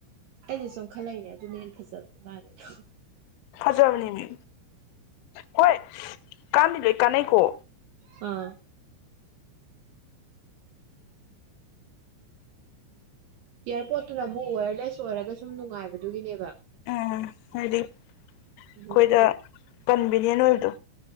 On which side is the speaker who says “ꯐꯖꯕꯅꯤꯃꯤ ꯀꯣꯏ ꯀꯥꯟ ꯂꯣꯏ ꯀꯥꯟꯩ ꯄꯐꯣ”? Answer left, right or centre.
Left